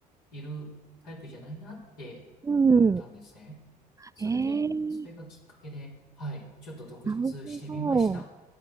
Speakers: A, on the left; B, on the right.
A: いるタイプじゃないなって思ったんですね。
B: うん
A: それで、
B: えー、
A: それがきっかけで、はい、ちょっと独立してみました。
B: なるほど。